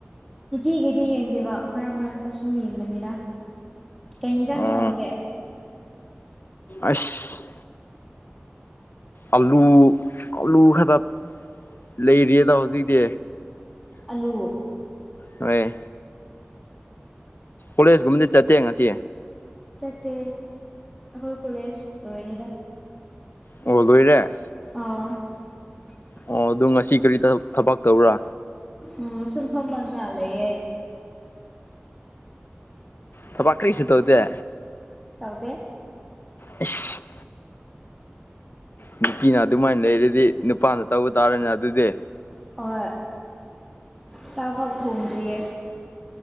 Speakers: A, in the centre; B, on the left.
A: ꯅꯨꯡꯇꯤꯒꯤꯗꯤ ꯌꯦꯡꯗꯦꯕ ꯃꯔꯛ ꯃꯔꯛꯇ ꯁꯨꯝ ꯌꯦꯡꯕꯅꯤꯗ꯫ ꯀꯩ ꯏꯟꯁꯥꯡꯊꯔꯒꯦ꯫
B: ꯑꯣ ꯑꯁ꯫ ꯑꯂꯨ ꯑꯂꯨ ꯈꯛꯇ ꯂꯩꯔꯤꯌꯦꯗ ꯍꯧꯖꯤꯛꯗꯤ
A: ꯑꯜꯂꯨ
B: ꯑꯣꯏꯣꯏ ꯀꯣꯂꯦꯖꯀꯨꯝꯕꯗꯤ ꯆꯠꯇꯦ ꯉꯁꯤ
A: ꯆꯠꯇꯦ ꯑꯩꯈꯣꯏ ꯀꯣꯂꯦꯖ ꯂꯣꯏꯔꯤꯗ
B: ꯂꯣꯏꯔꯦ
A: ꯑ <unintelligible> <inaudible>
B: ꯑꯣ ꯑꯣ ꯉꯁꯤ ꯀꯔꯤ ꯊꯕꯛ ꯇꯧꯕꯔꯥ
A: ꯎꯝ ꯁꯤꯤꯡꯍꯝ ꯃꯉ ꯂꯩꯌꯦꯦ
B: ꯊ ꯄꯈꯔꯤ ꯏꯁꯤ ꯇꯧꯗ
A: ꯇꯥꯎꯗꯦ
B: ꯏꯁ ꯅꯨꯄꯤꯅ ꯑꯗꯨꯃꯥꯏꯅ ꯂꯩꯔꯗꯤ ꯅꯨꯄꯥꯅ ꯇꯧꯕ ꯇꯥꯔꯅꯦ ꯑꯗꯨꯗꯤ
A: ꯑꯣ <inaudible> <unintelligible> ꯁ꯭ꯋꯥꯚꯕ ꯊꯨꯝꯔꯤꯌꯦ